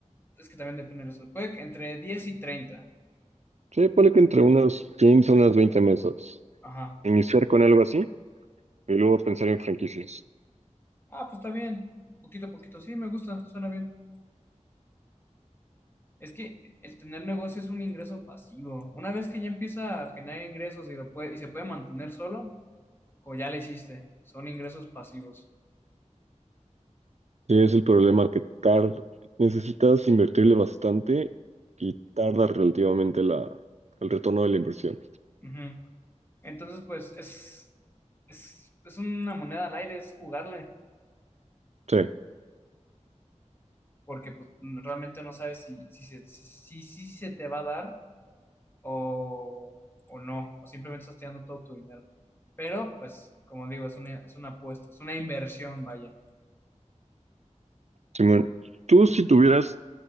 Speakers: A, on the left (about 15°); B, on the right (about 60°).
A: es que también depende de la zona. Puede que entre 10 y treinta
B: Sí, ponle que entre unas 15, unas 20 mesas.
A: Ajá.
B: Iniciar con algo así y luego pensar en franquicias.
A: Ah, pues está bien. Poquito a poquito. Sí, me gusta, suena bien. Es que el tener negocio es un ingreso pasivo. Una vez que ya empieza a generar ingresos y, lo puede, y se puede mantener solo, como ya le hiciste, son ingresos pasivos.
B: Sí, es el problema que tarda, necesitas invertirle bastante y tarda relativamente la, el retorno de la inversión.
A: Ujú. Entonces, pues es, es, es una moneda al aire, es jugarle,
B: Sí,
A: porque pues, realmente no sabes si, si, se- si si- si se te va a dar o, o no, o simplemente estás tirando todo tu dinero. Pero, pues, como digo, es una, es una apuesta, es una inversión, vaya.
B: Simón. Tú si tuvieras,